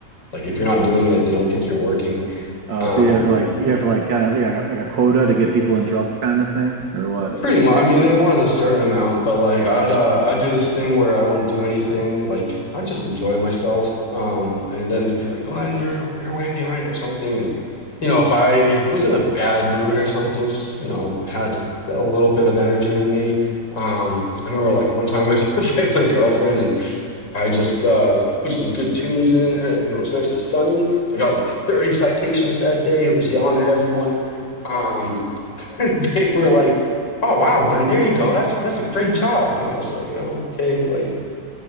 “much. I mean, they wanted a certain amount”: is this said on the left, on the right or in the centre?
Left